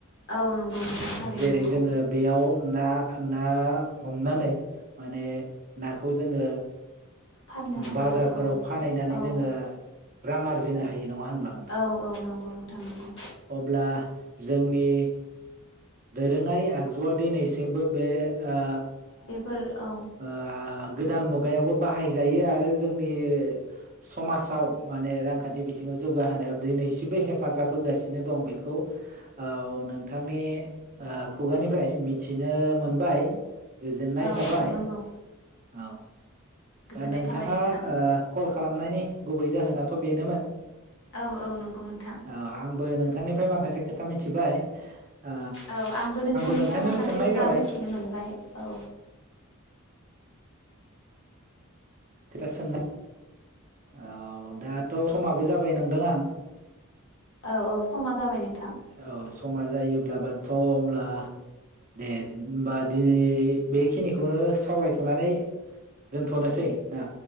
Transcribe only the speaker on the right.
जेरै
जोङो बेयाव ना ना हमनानै माने ना खौ जोङो
बाजारफोराव
फानहैनानै
जोङो रां आरजिनो हायो नङा होनब्ला नोंथां
अब्ला जोंनि दोरोङारि आगजुआ दिनैसिमबो बे ओ
ओ गोदान मुगा गायावबो बाहायजायो आरो जोंनि समाजाव माने रांखान्थि बिथिङाव जौगाहोनायाव दिनैसिमबो हेफाजाब होगासिनो दं बेखौ ओ नोंथांनि खुगानिफ्राय ओ मिथिनो मोनबाय। गोजोननाय
थाबाय।
औ
दा नोंथाङा
कल ओ खालामनायनि गुबै जाहोनाथ' बेनोमोन
औ आंबो नोंथांनिफ्राय माखासे खोथा मिथिबाय। ओ
नोंथांनियाव
सोंनाय
जाबाय
खोथा सों औ दा थ' समाबो जाबाय नंदों आं
औ समा जायोब्लाबोथ' होनब्ला दे ओमबा दिनै बेखिनिखौनो सावरायथ'नानै दोनथ'नोसै। ना